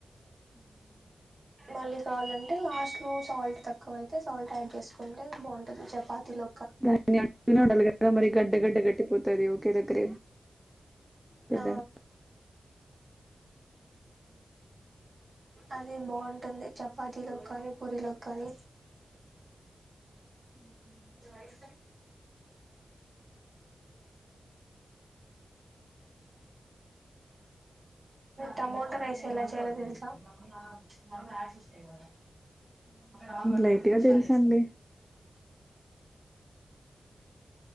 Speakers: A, on the right; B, in the centre.
A: మళ్ళీ కావాలంటే లాస్ట్ లో సాల్ట్ తక్కువ అయితే సాల్ట్ యాడ్ చేసుకుంటే బాగుంటుంది చపాతిలో
B: దాన్ని అట్నే ఉండాలి కదా మరి గడ్డ గడ్డ గట్టిపోతుది ఒకే దగ్గరే పెద్దగా
A: ఆ అది బాగుంటుంది చపాతీలో కానీ పూరీ లోకి కానీ ఇంగ్ టమాటో రైస్ ఎలా చేయ్యాలో తెలుసా మరల యాడ్స్ వస్తాయి కా రాంగ్ కోట్టుకుని
B: లైట్ గా
A: విషాలు
B: తెలుసండి
A: చేస్త